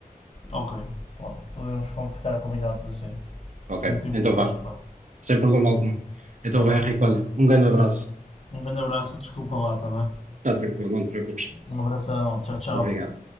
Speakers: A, on the left; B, on the right.
A: Ok, pronto, podemos com- ficar combinados assim.
B: Ok,
A: Se não te importares,
B: então vá,
A: claro.
B: sem problema algum. Então
A: Está
B: vai,
A: bem?
B: Henrique, olha, um grande abraço.
A: Um grande abraço e desculpa lá, está bem?
B: Está tranquilo, não te preocupes.
A: Um abração, tchau, tchau.
B: Obrigado.